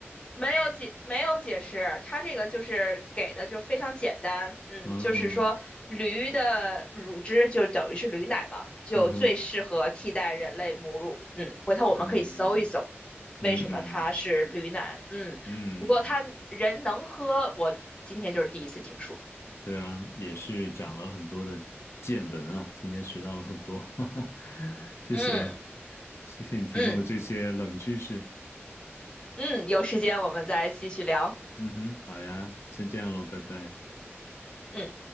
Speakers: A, on the left (about 20°); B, on the left (about 75°).
A: 没有解，没有解释，它这个就是给的就非常简单，嗯，
B: 嗯
A: 就是说驴的乳汁就等于是驴奶嘛，就最适合替代人类母乳，
B: 嗯哼，
A: 嗯，回头我们可以搜一搜，
B: 嗯
A: 为什么它是驴奶，
B: 嗯
A: 嗯，
B: 嗯。
A: 不过它人能喝，我今天就是第一次听说，
B: 对啊，也是长了很多的见闻啊，今天学到了很多，<laughs> 哈哈，谢谢，
A: 嗯
B: 谢谢你提供的这些冷知识。
A: 嗯嗯，有时间我们再继续聊，
B: 嗯哼，好呀，先这样喽，拜拜。
A: 嗯。